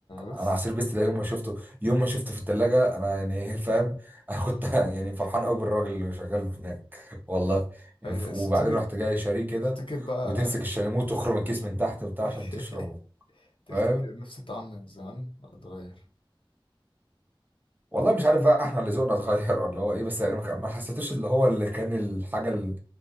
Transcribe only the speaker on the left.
بس
<laughs>
ايوه
بس تفتكر
تفتكر بقى
<laughs>
تفتكر
نفس الطعم من زمان ولا اتغير